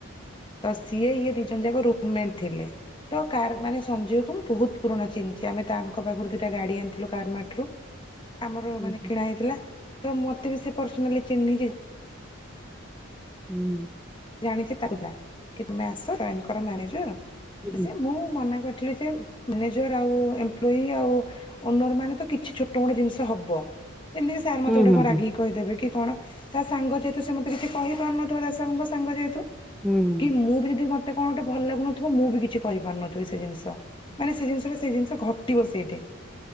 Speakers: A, on the left (about 25°); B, in the centre.
A: ତ ସିଏ ଇଏ ଦିଇ ଜଣଯାକ ରୁମ୍ ମେଣ୍ଟ୍ ଥିଲେ। ତ କାର୍ ମାନେ ସଞ୍ଜୟକୁ ମୁଁ ବୋହୁତ୍ ପୁରୁଣା ଚିହ୍ନିଚି, ଆମେ ତାଙ୍କ ପାଖରୁ ଦିଇଟା ଗାଡ଼ି ଆଣିଥିଲୁ କାର୍ମାଟ୍ ରୁ। ଆମର
B: ହୁଁ
A: ମାନେ କିଣା ହେଇଥିଲା, ତ ମତେ ବି ସେ ପର୍ସନାଲି ଚିହ୍ନିଚି।
B: ହୁଁ।
A: ଜାଣିଛି ତାକୁ ଥିଲା, କି ତୁମେ ଆସ ଜଏନ କର ମ୍ୟାନେଜର୍
B: ହୁଁ
A: ଯେ ମୁଁ ମନା କରିଥିଲି ଯେ, ମ୍ୟାନେଜର ଆଉ ଏମ୍ପ୍ଲଇ ଆଉ ଓନର ମାନେ ତ କିଛି ଛୋଟ ମୋଟ ଜିନିଷ ହବ ଯେମିତି କି ସାର୍ ମତେ
B: ହୁଁ
A: ଗୋଟେ କଁ
B: ହୁଁ ହୁଁ
A: ରାଗିକି କହିଦେବେ କି କଣ, ତା ସାଙ୍ଗ ଯେହେତୁ ସେ ମତେ କିଛି କହି ପାରୁନଥିବ ଦାସବାବୁଙ୍କ ସା ସାଙ୍ଗ ଯେହେତୁ,
B: ହୁଁ ହୁଁ
A: କି ମୁଁ ବି ଯେଦି ମତ୍ ତେ କଣ ଗୋଟେ ଭଲ୍ ଲାଗୁନଥିବ, ମୁଁ ବି କିଛି କହିପାରୁନଥିବି ସେ ଜିନଷ। ମାନେ ସେ ଜିନିଷରେ ସେ ଜିନିଷ ଘଟିବ ସେଇଠେ।